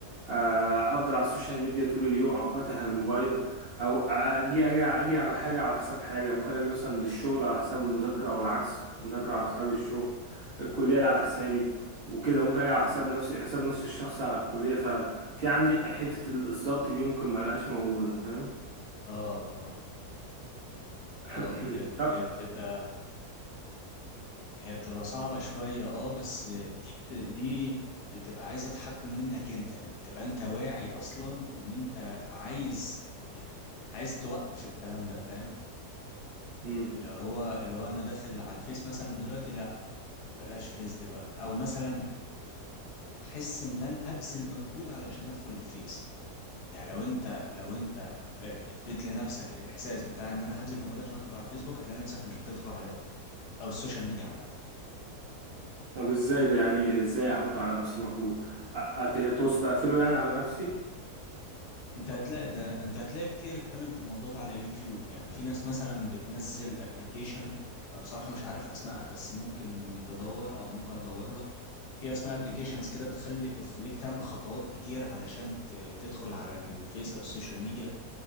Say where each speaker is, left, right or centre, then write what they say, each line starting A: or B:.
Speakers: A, on the right (about 70°); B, on the left (about 80°).
A: آه، أفضل على السوشيال ميديا طول اليوم أو فاتح الموبايل أو أجي أجي أجي على حاجة على حساب حاجة ممكن أجي مثلا للشغل على حساب المذاكرة أو العكس المذاكرة على حساب الشغل الكلية على حسابي وكده ممكن أجي على حساب نفسي حساب نفسي الشخصي على الكلية ففي عندي حتة ال- الضبط دي ممكن ملقاش موجودة فاهم
B: اه اه
A: <clears throat>
B: اه هي
A: طب
B: هي بتبقى هي بتبقى صعبة شوية اه بس دي دي بتبقى عايزة تحكم منك انت يعني تبقى انت واعي اصلا ان انت عايز يعني عايز توقف الكلام ده فاهم
A: مم.
B: اللي هو اللي هو انا داخل على الفيس مثلا دلوقتي لا بلاش فيس دلوقتي او مثلا احس ان انا هبذل مجهود علشان ادخل الفيس يعني لو انت لو انت آه، اديت لنفسك الاحساس بتاع ان انا هبذل مجهود عشان ادخل على الفيسبوك هتلاقي نفسك مش بتدخل عليه اصلا او السوشيال ميديا عامة
A: طب ازاي ده يعني ازاي احط على نفسي مجهود أ- أت- تقصد اقفله يعني على نفسي
B: انت هتلاقي ده انت هتلاقي كتير اتكلم في الموضوع ده على يوتيوب يعني في ناس مثلا بتنزل ابلكيشن انا بصراحة مش عارف اسمائها بس ممكن تدور او ممكن ادور لك في اسماء ابلكيشنز كده بتخلي بتخليك تعمل خطوات كتير علشان ت- تدخل على الفيس او السوشيال ميديا